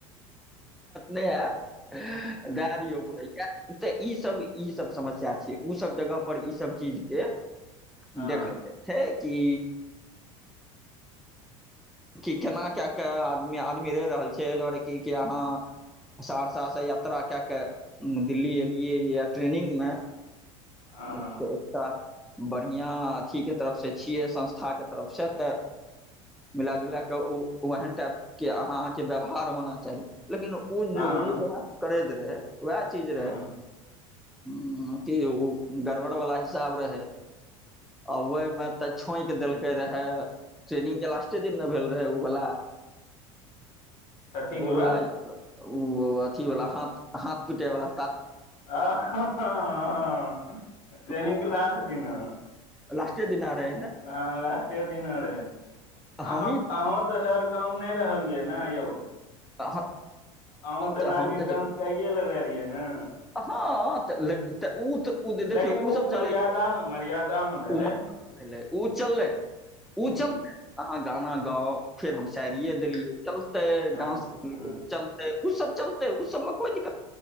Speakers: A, in the centre; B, on the left.
A: नै हैत। दए दियौ। तऽ ई सब ई सब समस्या छै ओ सब जगह पर ई सब चीज के
B: हँ
A: देखय के छै। की कि केना कए कऽ आदमी आदमी रह रहल छै ए दुआरे कि कि अहाँ सहरसा से यात्रा कए कऽ दिल्ली एलियै ए ट्रेनिंग मे
B: हँ
A: एक तऽ एकटा बढ़िया अथीके तरफ से छियै संस्थाके तरफ से तऽ मिला जुला कऽ उ ओहन टाइप के अहाँ अहाँ के व्यवहार होना चाही। लेकिन ओ जो
B: हँ
A: ओ जना करैत तै। वैह चीज
B: हँ
A: रहै। हुं की ओ ओ गड़बड़ वाला हिसाब रहे आ ओयमे त छोंक देलकै रहे ट्रेनिंग के लास्टे दिन ने भेल रहे उ वला
B: कथी बोला
A: उ बला। ओ अथीवला हाथ हाथ पीटैवला।
B: आ हँ हँ हँ ट्रेनिंगके
A: उ
B: लास्ट दिना।
A: लास्टे दिना रहे ने
B: हां लास्टे दिना रहै।
A: हमही
B: अहाँ अहुं त हेर कम नहि रहलियै ने यौ।
A: त हम
B: अहुं त
A: तऽ
B: नागिन
A: हम तऽ
B: डांस कैये लेलैथ। लेलियै ने।
A: हँ त ल उ त उ देखियौ
B: लेकिन
A: ओ सब चलै
B: मर्यादा
A: छै,
B: मे मर्यादा मे भेलै
A: ओ भेलै, ऊ चललै उ
B: हूँ
A: चललै अहाँ गाना गाउ फेर हम सायरिये
B: हँ
A: देलियै चलतै
B: हँ
A: डांस करलियै
B: हँ
A: चलतै उ सब चलतै, उसब मे कोइ दिक्